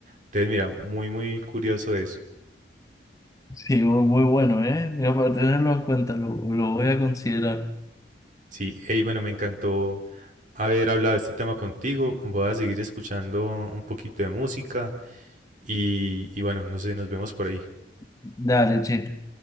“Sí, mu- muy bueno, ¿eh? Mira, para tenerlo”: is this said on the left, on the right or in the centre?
Left